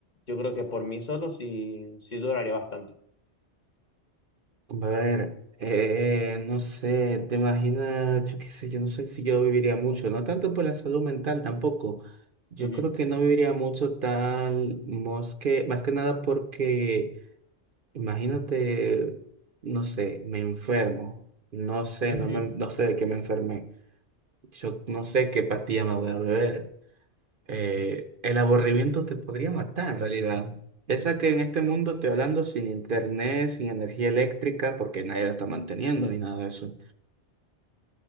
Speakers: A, on the left; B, on the right.
A: yo creo que por mí solo sí, sí duraría bastante.
B: A ver, eh, no sé, te imaginas, yo qué sé, yo no sé si yo viviría mucho, no tanto por la salud mental tampoco. Yo
A: Ujú,
B: creo que no viviría mucho tal, más que, más que nada porque, imagínate, no sé, me enfermo, no sé,
A: ujú.
B: no, me, no sé de qué me enfermé, yo no sé qué pastilla me voy a beber. Eh, el aburrimiento te podría matar, en realidad. Esa que en este mundo estoy hablando sin internet, sin energía eléctrica, porque nadie la está manteniendo ni nada de eso.